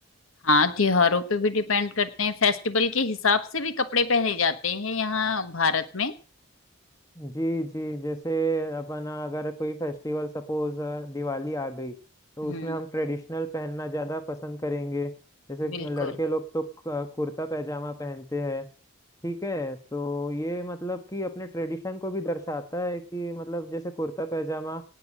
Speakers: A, on the left; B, on the left.
A: हाँ त्योहारों पे भी डिपेंड करते हैं फेस्टिवल के हिसाब से भी कपड़े पहने जाते हैं यहाँ भारत में
B: जी जी जैसे अपना अगर कोई फेस्टिवल सपोज दिवाली आ गई तो
A: हम्म
B: उसमें हम ट्रेडिशनल पहनना ज़्यादा पसंद करेंगे जैसे
A: बिल्कुल
B: लड़के लोग तो क- कुर्ता पैजामा पहनते हैं ठीक है तो ये मतलब कि अपने ट्रेडिशन को भी दर्शाता है कि मतलब जैसे कुर्ता पैजामा